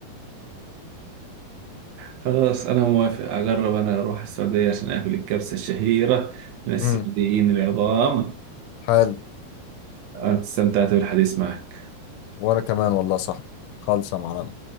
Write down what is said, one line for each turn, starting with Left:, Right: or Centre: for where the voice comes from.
Right: خلاص انا موافق اجرب انا اروح السعودية عشان اكل الكبسة الشهيرة من السعوديين
Left: امم
Right: العظام
Left: حلو
Right: أنا استمتعت بالحديث معك
Left: وانا كمان والله صح خالصة معلم